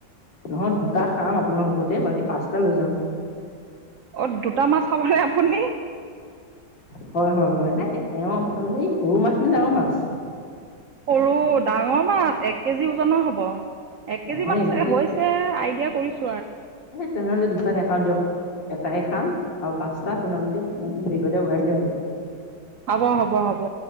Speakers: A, on the left; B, on the right.
A: নহয় দুটা খাম আপোনাৰ লগতে বাকী পাঁচটা লৈ যাম।
B: অ দুটা মাছ খাব নে আপুনি।
A: হয় হয় হয় নাই তেওঁ আপোনাৰ মানে এই সৰু মাছ নে ডাঙৰ মাছ।
B: সৰু ডাঙৰ মাছ এক কেজি ওজনৰ হব। এক কেজি
A: অ', হয়
B: মান
A: নেকি তেতিয়া
B: হৈছে আইডিয়া কৰিছ-
A: তেনেহলে দুটান নেখাওঁ দিয়ক এটা হে খাম আৰু পা- তাৰ আপোনালোকে মোক বিগতে ভৰাই দিলে হ'ব।
B: হ'ব হ'ব হব